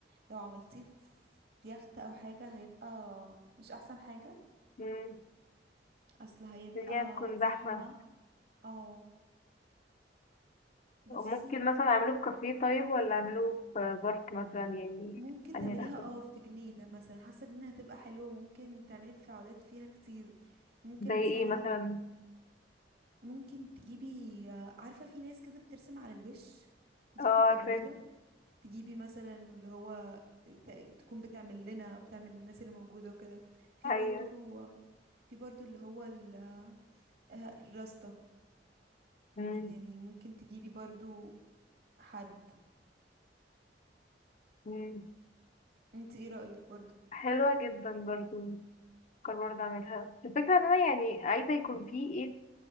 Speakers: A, on the right; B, on the left.
A: لو عملتيه في يخت او حاجة هيبقى مش احسن حاجة
B: <laughs> مم،
A: اصل هيبقى
B: الدنيا هتكون
A: زحمة
B: زحمة
A: اه بصي
B: ممكن مثلا أعمله في كافيه طيب ولا أعمله في بارك مثلا يعني
A: ممكن
B: أنهي
A: تعمليها
B: الأحسن
A: اه في جنينة مثلا حاسة جنينة هتبقى حلوة ممكن تعملي تفاعلات فيها كتير ممكن
B: زي
A: مثلا
B: إيه مثلا
A: ممكن تجيبي عارفة في ناس كده بترسم على الوش دي
B: اه
A: بتبقى
B: عارفة
A: جميلة تجيبي مثلا واللي هو ت- تكون بتعمل لنا وبتعمل للناس اللي موجودة وكده في
B: أيوة
A: برضو في برضو اللي هو ال- آه، الراستا
B: مم،
A: يعني ممكن تجيبي برضو حد
B: مم.
A: انت ايه رأيك برضو
B: حلوة جدا برضو بفكر برضه اعملها الفكرة ان انا يعني عايزة يكون في ايه